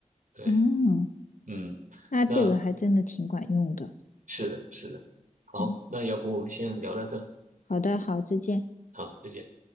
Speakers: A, on the right; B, on the left.
A: 对，
B: 嗯，
A: 嗯，
B: 那这个还真的挺管用的。
A: 那是的，是的。好，
B: 嗯。
A: 那要不我们先聊到这，
B: 好的，好，再见。
A: 好，再见。